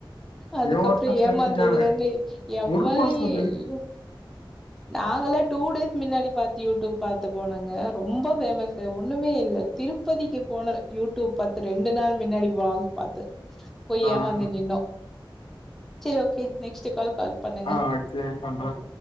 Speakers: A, in the centre; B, on the left.
A: அதுக்கப்றோ
B: ஏமாத்த பைத்தியக்கார
A: ஏமாந்ததுலருந்து எவ்வளு
B: ஒரு மாசோ அது
A: எய்யு நாங்களே டூ டேஸ் மின்னாடி பாத்து யூட்டூப் பாத்து போனங்க ரொம்ப ஃபேமஸு ஒன்னுமே இல்ல திருப்பதிக்கு போன யூட்டூப் பாத்து ரெண்டு நாள் மின்னாடி விளாக் பாத்து போய்
B: ஆஹா
A: ஏமாந்து நின்னோ செரி ஓகே நெக்ஸ்ட்டு கால் கால் பண்ணுங்க
B: ஆ அடுத்து பண்ற
A: ஓகே